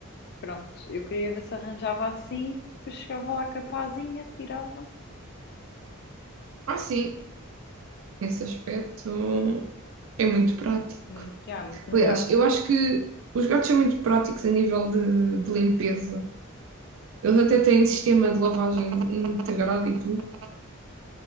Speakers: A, on the left (about 50°); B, on the right (about 65°).
A: Pronto, eu queria ver se arranjava assim, depois chegava lá capazinha tirava.
B: Ah, sim. Esse aspecto é muito prático.
A: Muito, já, muito melhor.
B: Aliás, eu acho que os gatos são muito práticos a nível de, de limpeza. Eles até têm sistema de lavagem integrado e tudo.